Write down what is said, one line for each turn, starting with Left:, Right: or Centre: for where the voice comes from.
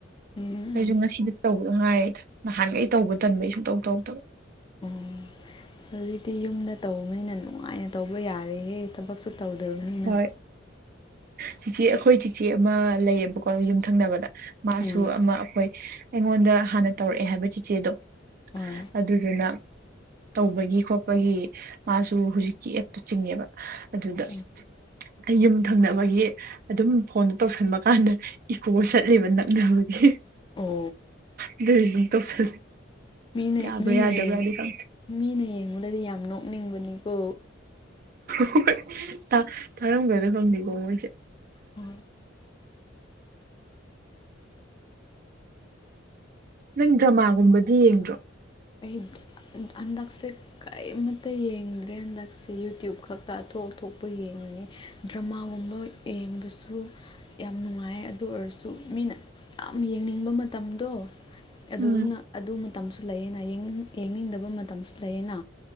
Left: ꯎꯝ
Right: ꯑꯩꯁꯨ ꯉꯁꯤꯗ ꯇꯧꯕꯗ ꯉꯥꯏꯌꯦꯗ ꯅꯍꯥꯟꯒꯩ ꯇꯧꯕ ꯇꯟꯕꯩ ꯁꯨꯡꯇꯧ ꯇꯧ ꯇꯧ
Left: ꯑꯣ ꯍꯧꯖꯤꯛꯇꯤ ꯌꯨꯝꯗ ꯇꯧꯕꯅꯤꯅ ꯅꯨꯡꯉꯥꯏꯅ ꯇꯧꯕ ꯌꯥꯔꯦꯍꯦ ꯊꯕꯛꯁꯨ ꯇꯧꯗꯕꯅꯤꯅ
Right: ꯍꯣꯏ ꯆꯤꯆꯦ ꯑꯩꯈꯣꯏ ꯆꯤꯆꯦ ꯑꯃ ꯂꯩꯌꯦꯕꯀꯣ ꯌꯨꯝꯊꯪꯅꯕꯗ ꯃꯥꯁꯨ
Left: ꯎꯝ
Right: ꯑꯃ ꯑꯈꯣꯏ ꯑꯩꯉꯣꯟꯗ ꯍꯥꯟꯅ ꯇꯧꯔꯛꯑꯦ ꯍꯥꯏꯕ ꯆꯤꯆꯦꯗꯣ
Left: ꯍꯣꯏ
Right: ꯑꯗꯨꯗꯨꯅ ꯇꯧꯕꯒꯤ ꯈꯣꯠꯄꯒꯤ ꯃꯥꯁꯨ ꯍꯧꯖꯤꯛꯀꯤ ꯑꯦꯞꯇꯨ ꯆꯤꯡꯉꯦꯕ ꯑꯗꯨꯗ
Left: ꯎꯝ
Right: ꯑꯩ ꯌꯨꯝ ꯊꯪꯅꯕꯒꯤ ꯑꯗꯨꯝ ꯐꯣꯟꯗꯨ ꯇꯧꯁꯟꯕ ꯀꯥꯟꯗ ꯏꯀꯣ ꯆꯠꯂꯦꯕ ꯅꯛꯅꯕꯒꯤ
Left: ꯑꯣ
Right: ꯑꯗꯨꯏꯁꯨ ꯑꯗꯨꯝ ꯇꯧꯁꯤꯜꯂꯦ
Left: ꯃꯤꯅ
Right: ꯌꯥꯕ꯭ꯔꯥ-ꯌꯥꯗꯕ꯭ꯔꯥꯗꯤ
Left: ꯃꯤꯅ ꯌꯦꯡ
Right: ꯈꯪꯗꯦ
Left: ꯃꯤꯅ ꯌꯦꯡꯕꯗꯗꯤ ꯌꯥꯝ ꯅꯣꯛꯅꯤꯡꯕꯅꯤꯀꯣ
Right: ꯍꯣꯏ ꯇꯥ-ꯇꯥꯔꯝꯒꯗ꯭ꯔꯥ ꯈꯪꯗꯦꯀꯣ ꯃꯣꯏꯁꯦ
Left: ꯍꯣꯏ
Right: ꯅꯪ ꯗ꯭ꯔꯃꯥꯒꯨꯝꯕꯗꯤ ꯌꯦꯡꯗ꯭ꯔꯣ
Left: ꯑꯩ <unintelligible> ꯍꯟꯗꯛꯁꯤ ꯀꯔꯤꯃꯇ ꯌꯦꯡꯗ꯭ꯔꯦ ꯍꯟꯗꯛꯁꯦ ꯌꯨꯇ꯭ꯌꯨꯕ ꯈꯛꯇ ꯑꯊꯣꯛ-ꯑꯊꯣꯛꯄ ꯌꯦꯡꯉꯤ ꯗ꯭ꯔꯃꯥꯒꯨꯝꯕ ꯌꯦꯡꯕꯁꯨ ꯌꯥꯝ ꯅꯨꯡꯉꯥꯏꯌꯦ ꯑꯗꯨ ꯑꯣꯏꯔꯁꯨ ꯃꯤꯅ ꯌꯥꯝ ꯌꯦꯡꯅꯤꯡꯕ ꯃꯇꯝꯗꯣ ꯑꯗꯨꯗꯨꯅ
Right: ꯎꯝ
Left: ꯑꯗꯨ ꯃꯇꯝꯁꯨ ꯂꯩꯌꯦꯅ ꯌꯦꯡꯅꯤꯡꯗꯕ ꯃꯇꯝꯁꯨ ꯂꯩꯌꯦꯅ